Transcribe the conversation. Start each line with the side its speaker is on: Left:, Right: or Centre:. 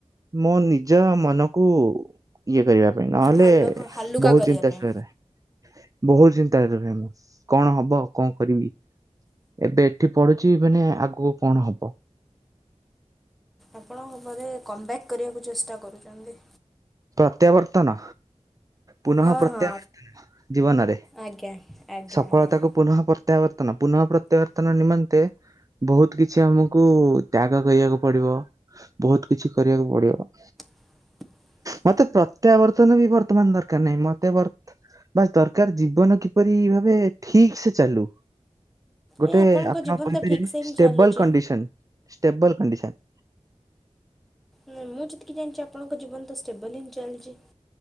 Right: ମୋ ନିଜ ମନକୁ ଇଏ କରିବା। ନହେଲେ
Centre: ହାଲକ ହାଲୁକା
Right: ବହୁତ
Centre: କରିବା
Right: ଚିନ୍ତା
Centre: ପାଇଁ
Right: ଶୁଣା ରହେ। ବହୁତ ଚିନ୍ତାରେ ରୁହେ ମୁଁ କଣ ହବ କଣ କରିବି। ଏବେ ଏଠି ପଡୁଛି ମାନେ ଆଗକୁ କଣ ହବ।
Centre: ଆପଣ ବୋଧେ କମ୍ବ୍ୟାକ୍ କରିବାକୁ ଚେଷ୍ଟା କରୁଛନ୍ତି।
Right: ପ୍ରତ୍ୟାବର୍ତ୍ତନ। ପୁନଃ
Centre: ହଁ
Right: ପ୍ରତ୍ୟାବର୍ତ୍ତନ
Centre: ହଁ
Right: ଜୀବନରେ
Centre: ଆଜ୍ଞା ଆଜ୍ଞା
Right: ସଫଳତାକୁ
Centre: ଆଜ୍ଞା
Right: ପୁଃ ପ୍ରତ୍ୟାବର୍ତନ ପୁନଃ ପ୍ରତ୍ୟାବର୍ତନ ନିମନ୍ତେ ବହୁତ କିଛି ଆମକୁ ତ୍ୟାଗ କରିବାକୁ ପଡିବ। ବହୁତ କିଛି କରିବାକୁ ପଡିବ।
Centre: <inaudible>
Right: ମତେ ପ୍ରତ୍ୟାବର୍ତ୍ତନ ବି ବର୍ତ୍ତମାନ ଦରକାର ନାହିଁ। ମତେ ବା ଦରକାର ଜୀବନ କିପରି ଭାବେ ଠିକ ସେ ଚାଲୁ ଗୋଟେ
Centre: ଏ ଆପଣଙ୍କ
Right: ଆପଣ
Centre: ଜୀବନ
Right: କହିପାରିବେ
Centre: ତ ଠିକ୍ ସେ ହିଁ ଚାଲୁଛି
Right: େବଲ କଣ୍ଡିସନ େବଲ କଣ୍ଡିସନ
Centre: ଁ ମୁଁ ଯେତିକି ଜଣିଛି ଆପଣଙ୍କ ଜୀବନ ତ ଷ୍ଟେବଲ ହିଁ ଚାଲିଛି